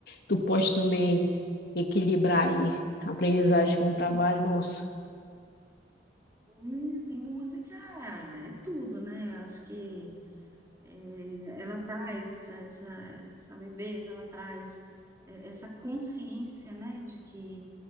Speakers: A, on the left; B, on the right.
A: tu pode também equilibrar aí a aprendizagem com o trabalho. Nossa,
B: E, assim, música é tudo, né? Eu Acho que eh, ela traz essa, essa, essa leveza, ela traz eh, essa consciência, né, de que